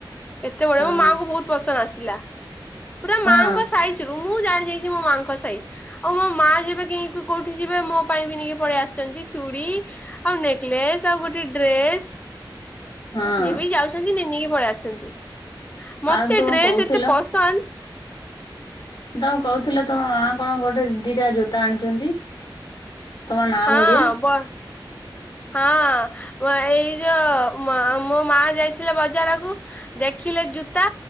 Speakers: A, on the left; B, on the left.
A: ଏତେବଳେ
B: ହଁ
A: ମୋ ମାଆଙ୍କୁ ବହୁତ ପସନ୍ଦ ଆସିଲା ପୁରା
B: ହଁ
A: ମାଙ୍କ ସାଇ ମୁଁ ଜାଣି ଯାଇଛି ମୋ ମାଙ୍କ ସାଇଜ। ଆଉ ମୋ ମା ଯେବେ କିଁ କି କୋଉଠି ଯିବେ ମୋ ପାଇଁ ବି ନେଇକି ପଳେଇ ଆସିଛନ୍ତି ଚୁଡ଼ି। ଆଉ ନେକଲେସ ଆଉ ଗୋଟେ ଡ୍ରେସ
B: ହଁ
A: ଯେବେ ଯାଉଛନ୍ତି ନେ ନେଇକି ପଳେଇ ଆସୁଛନ୍ତି। ମତେ
B: ଆଉ ତୁମେ
A: ଡ୍ରେସ୍
B: କହୁଥିଲ
A: ଏତେ ପସନ୍ଦ।
B: ତମ କହୁଥିଲେ ତମ ମା କଣ ଗୋଟେ ଦିଟା ଜୋତା ଆଣିଛନ୍ତି। ତମ ନାଁ
A: ହଁ
B: ବଢିଆ।
A: ବ ହଁ <unintelligible> ଏଇ ଯୋଉ ମୋ ମୋ ମା ଯାଇଥିଲେ ବଜାରକୁ। ଦେଖିଲେ ଜୁତା।